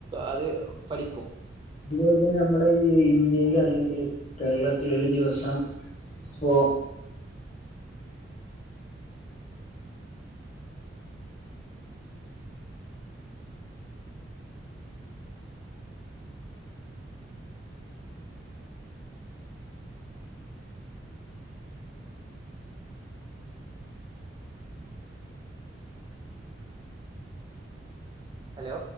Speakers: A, on the right; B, on the left.
A: അത് ഫലിക്കും
B: ഇതുപോലെ തന്നെ നമ്മുടെ ഈ ഇന്ത്യൽ അല്ലെങ്കിൽ കേരളത്തില ഒരു ദിവസം, ഓ
A: ഹലോ